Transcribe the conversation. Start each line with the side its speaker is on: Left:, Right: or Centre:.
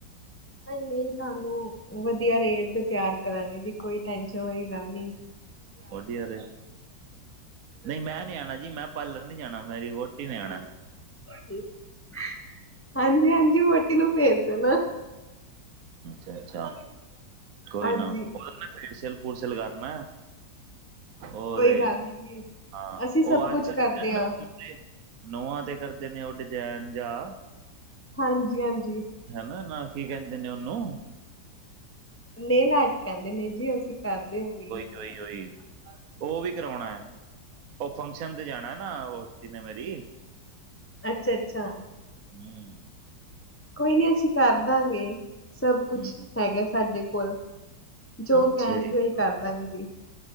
Left: ਨਹੀਂ ਨਹੀਂ ਤੁਹਾਨੂੰ ਵਧੀਆ ਰੇਟ ਤੇ ਤਿਆਰ ਕਰਾਂਗੇ ਜੀ ਕੋਈ ਟੈਸ਼ਨ ਵਾਲੀ ਗੱਲ ਨਹੀ ਹੈ।
Right: ਵਧੀਆ ਰੇਟ ਨਹੀਂ ਮੈਂ ਨੀ ਆਉਣਾ ਜੀ ਮੈਂ ਪਾਰਲਰ ਨੀ ਜਾਣਾ ਮੇਰੀ ਵਹੁਟੀ ਨੇ ਆਉਣੈ।
Left: ਹਾਂਜੀ- ਹਾਂਜੀ, ਵੋਟੀ ਨੂੰ ਭੇਜ ਦੇ ਨਾਂ।
Right: ਅੱਛਾ- ਅੱਛਾ। ਕੋਈ
Left: ਹਾਂਜੀ
Right: ਨਾ ਉਹਦੇ ਨਾ ਫੇਸ਼ਿਅਲ ਫੁਸ਼ਿਅਲ ਕਰਨਾ ਏ। ਉਹ
Left: ਕੋਈ
Right: ਤੇ,
Left: ਗੱਲ ਨੀ ਜੀ
Right: ਹਾਂ
Left: ਅਸੀਂ ਸਭ
Right: ਉਹ ਅੱਜ
Left: ਕੁਛ
Right: ਕੱਲ <unintelligible>
Left: ਕਰਦੇ ਹਾਂ
Right: ਨੋਹਾਂ ਤੇ ਕਰਦੇ ਨੇ ਉਹ ਡਿਜਾਇਨ ਜਾਂ।
Left: ਹਾਂਜੀ- ਹਾਂਜੀ।
Right: ਹਨਾ ਨਾ, ਕੀ ਕਹਿੰਦੇ ਨੇ ਉਹਨੂੰ।
Left: ਨੇਲ ਆਰਟ, ਕਹਿੰਦੇ ਨੇ ਜੀ। ਅਸੀਂ ਕਰਦੇ ਹੋ ਵੀ
Right: ਓਣੀ- ਓਣੀ, ਉਹ ਵੀ ਕਰਾਉਣਾ ਹੈ। ਉਹ ਫੰਕਸ਼ਨ ਤੇ ਜਾਣਾ ਨਾ ਵੋਟੀ ਨੇ ਮੇਰੀ।
Left: ਅੱਛਾ- ਅੱਛਾ।
Right: ਹਾਂ।
Left: ਕੋਈ ਨੀ ਅਸੀਂ ਕਰ ਦਾਂਗੇ। ਸਭ
Right: ਹੂੰ
Left: ਕੁਛ ਹੈਗਾ ਸਾਡੇ ਕੋਲ। ਜੋ
Right: ਅੱਛਾ
Left: ਕਹਿਣਗੇ,
Right: ਜੀ
Left: ਉਹੀ ਕਰਦਾਂਗੇ ਜੀ।